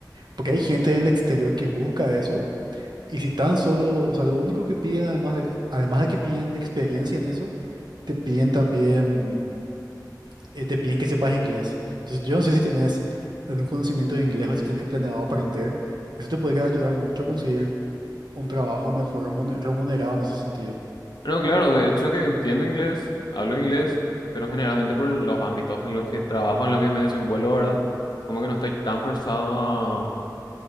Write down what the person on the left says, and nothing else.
No, claro, de hecho que entiendo inglés, hablo inglés, pero generalmente por los ámbitos en los que trabajo, en los que me desenvuelvo, ¿verdad? Como que no estoy tan forzado